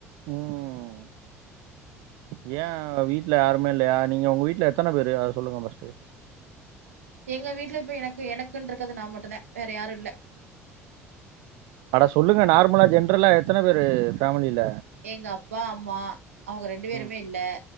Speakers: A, on the right; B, on the right.
A: ம்
B: <inaudible>
A: ஏ வீட்ல யாருமே இல்லையா நீங்க உங்க வீட்ல எத்தன பேரு அத சொல்லுங்க ஃபஸ்ட்டு
B: எங்க வீட்ல இப்ப எனக்கு எனக்குன்ருக்கறது நா மட்டுந்தா வேற யாரு இல்ல
A: அட சொல்லுங்க நார்மலா ஜென்ரலா எத்தன பேரு ஃபேமிலில
B: எங்க அப்பா அம்மா அவுங்க ரெண்டு பேருமே
A: ம்
B: இல்ல